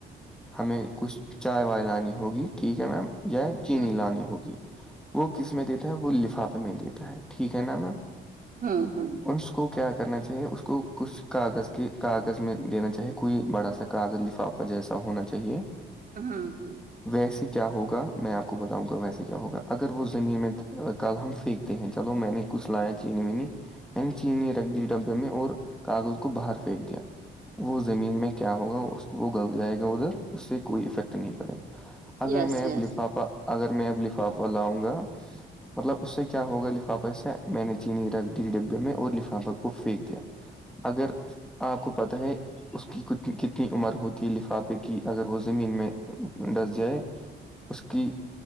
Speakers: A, in the centre; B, on the right (about 45°).
A: ہمیں کچھ چائے وائے لانی ہوگی ٹھیک ہے میم یا چینی
B: ہ
A: لانی ہوگی وہ کس میں دیتا ہے وہ لفافے میں دیتا ہے ٹھیک ہے نا میم
B: ہوں ہوں
A: اس کو کیا کرنا چاہیے اس کو کچھ کاغذ کے کاغذ میں دینا چاہے کوئی بڑھا سک کاغذ لفافہ جیسا ہونا چاہیے
B: ہوں ہ <unintelligible>
A: ویسے کیا ہوگا میں آپ کو بتاؤں گا ویسے کیا ہوگا اگر وہ زمین میں کل ہم پھینکتے ہیں چلو میں نے کچھ لایا چینی وینی میں نے چینی رکھ دی ڈبے میں اور کاغذ کو باہر پھینک دیا وہ زمین میں کیا ہوگا وہ گل جائے گا ادھر اس سے کوئی افیکٹ نہیں پڑے گا اگر
B: یس
A: میں
B: یس
A: لفافہ اگر میں اب لفافہ لاؤں گا مطلب اس سے کیا ہوگا لفافہ اس سے میں نے چینی رکھ دی ڈبے میں اور لفافہ کو پھینک دیا اگر آپ کو پتا ہے اس کی کتنی عمر ہوتی ہے لفافے کی اگر وہ زمین میں ڈس جائے اس کی